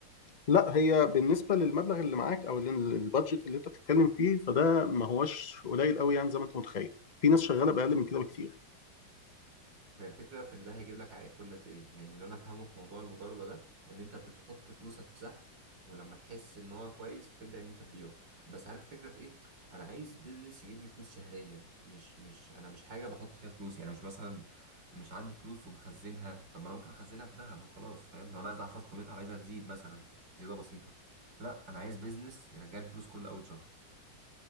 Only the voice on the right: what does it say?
ما الفكرة في إن ده هيجيب لك عائد كل قد إيه يعني اللي أنا فاهمه في موضوع المضاربة ده إن أنت بتحط فلوسك في سهم ولما تحس إن هو كويس فتبدأ إن أنت تبيعه بس عارف الفكرة في إيه أنا عايز بيزنس يجيب لي فلوس شهريا مش مش أنا مش حاجة بحط فيها فلوس يعني مش مثلا مش عندي فلوس ومخزنها طب ما أنا ممكن أخزنها في ذهب وخلاص فاهم لو أنا عايز أحفظ قيمتها وعايزها تزيد مثلا زيادة بسيطة لا أنا عايز بيزنس يرجع لي فلوس كل أول شهر